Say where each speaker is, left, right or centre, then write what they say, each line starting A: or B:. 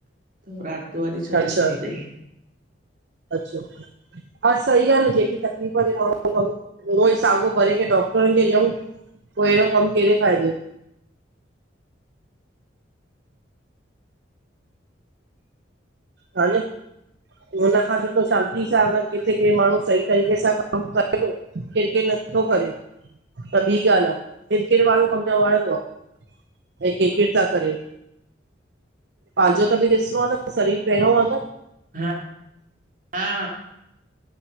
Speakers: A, on the right; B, on the right.
A: त रात वारी छॾे
B: अच्छा
A: ॾिनी अथई
B: अच्छा हा सही ॻाल जेकी तकलीफ़ हुजे माणहूं खपन उहो ई साॻियो भरे करे डॉक्टरन खे ॾियऊं पो एहिड़ो कम कहिड़े फ़ाइदो? हल हुन खां त सुठो शांती सां अगर किथे के माण्हू सही तरीक़े सां कम करे थो किर किर नथो करे त ॿी ॻाल आ, किर किर वारो कम न वणंदो आ। ऐ किट किट था करयो, पांहजो त बि ॾिसणो आ न सरीर पेणो हलन
A: हा हा